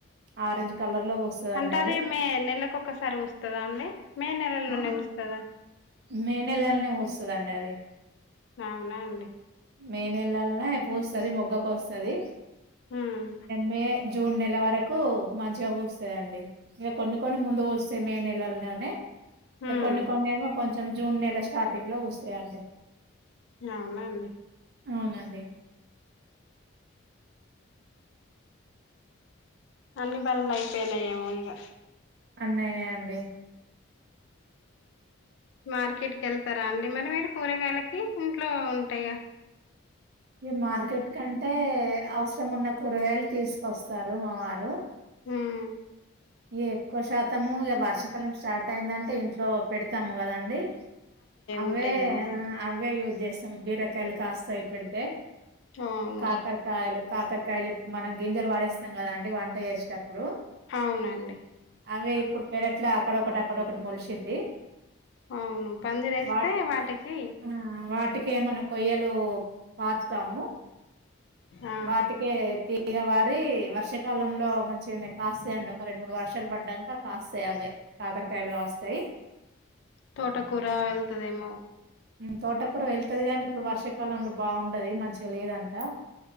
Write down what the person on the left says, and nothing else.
అంటే, అది మే నెలకు ఒక్కసారి పూస్తదా, అండి మే నెలలోనే
పూస్తదా?
అవునా అండి
ఉమ్
ఉమ్
అవునా అండి
అన్ని పనులు అయిపోయనా, ఎమేగా ఇగా
మార్కెట్కి వెళ్తారా అండి, మరి మీరు కూరగాయలకి ఇంట్లో ఉంటాయ.
ఉమ్
ఉంటాయేమో కదా
అవును
అవునండి
అవును పందిరేస్తే
వాటికి
ఆ
తోటకూర వెళ్తదేమో.